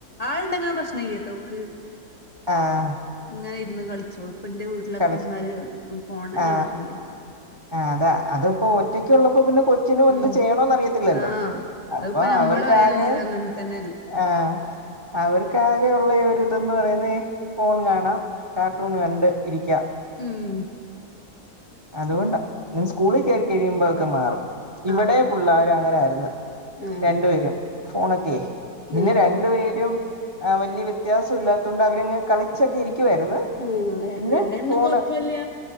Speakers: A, on the left; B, on the right.
A: ആൾണ്ടെങ്കില് പ്രശ്നയ്യ ട്ടോൾക്ക്
B: ആഹ്
A: ഇങ്ങനെ ഇരുന്ന് കളിച്ചോളും പ്പന്റെ വീട്ടിലൊക്കെ
B: കളി
A: വന്നാല് പോണന്നെ
B: ആ
A: അവശ്യം ഇല്ല ഓക്
B: ആ അതാ അത് ഇപ്പോ ഒറ്റക്ക് ഉള്ളപ്പോ പിന്നെ കൊ ച്ചിനും എന്ത്
A: ഉം
B: ചെയ്യണന്നറിയത്തില്ലല്ലോ
A: ആഹ്
B: അപ്പൊ
A: അതിപ്പോ നമ്മളായാലല്ലേ
B: അവർക്കാകെ
A: അങ്ങനെ തന്നെയല്ലേ
B: ആഹ് അവർക്കാകെയുള്ള ഒരിതന്ന് പറയുന്നെ ഫോൺ കാണാം കാർട്ടൂൺ കണ്ട് ഇരിക്ക്യ
A: ഉം
B: അതുകൊണ്ടാ ഇനി സ്കൂളിൽകേറി കഴിയുമ്പോ അതൊക്കെമാറും ഇവിടെ
A: ആഹ്
B: പിള്ളർ അങ്ങനൊയിന്ന്
A: ആഹ്
B: രണ്ടു പേരും ഫോണൊക്കെ പിന്നെ
A: ആഹ്
B: രണ്ടു പേരും വല്യ വ്യത്യാസം ഇല്ലാത്ത കൊണ്ട് അവരങ്ങ് കളിച്ചൊക്കെ ഇരിക്കുവായിരുന്നു
A: ആ
B: പിന്നെ
A: രണ്ടെണ്ണം
B: ഫോണ്
A: കൊഴപ്പല്ല